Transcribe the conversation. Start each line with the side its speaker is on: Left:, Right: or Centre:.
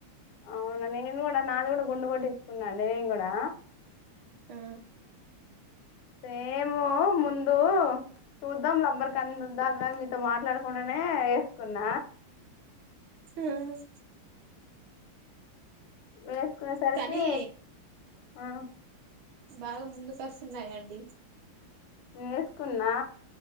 Left: అవునా నేన్ గూడా నాది గూడా గుండూ కొట్టించుకున్నండి నేన్ గూడా.
Right: ఆ
Left: సేమూ ముందు చూద్దాం లబ్బర్ కంద ఉద్దాం అ దని మీతో మాట్లాడుకుంటడానే యేస్కున్న.
Right: ఉమ్
Left: వేస్. కో సరకీ
Right: కానీ
Left: ఆ
Right: బాగా ముందుకొస్తున్నాయండి.
Left: ను వేసుకున్నా